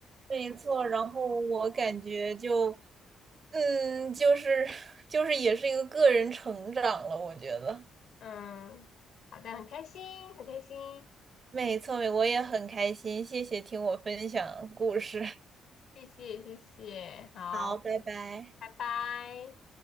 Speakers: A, on the right (about 40°); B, on the left (about 65°).
A: 没错。然后我感觉就，嗯，就是 <laughs> 就是也是一个个人成长了，我觉得。
B: 嗯，好的，很开心，很开心。
A: 没错，我也很开心，谢谢听我分享故事。
B: 谢谢谢谢，好，
A: 好，拜拜。
B: 拜拜。